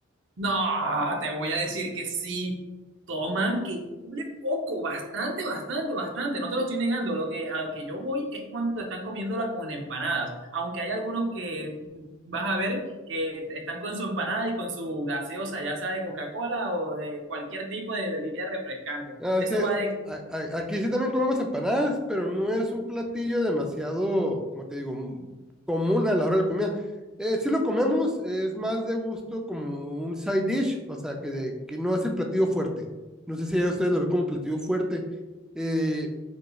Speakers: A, on the right; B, in the centre.
A: No, te voy a decir que sí. Toman que cule poco, bastante, bastante, bastante. No te lo estoy negando. Lo que, a lo que yo voy es cuando están comiéndola con empanadas. Aunque hay algunos que mm, vas a ver que están con su empanada y con su gaseosa, ya sea de Coca-Cola o de cualquier tipo de bebida refrescante.
B: Ah,
A: Eso
B: es que
A: va de...
B: a- a- aquí sí también comemos empanadas, pero no es un platillo demasiado, como te digo, m- común a la hora de la comida. Eh, sí lo comemos, es más de gusto como un side dish, o sea, que, de- que no es el platillo fuerte. No sé si ya ustedes lo ven como platillo fuerte. Eh,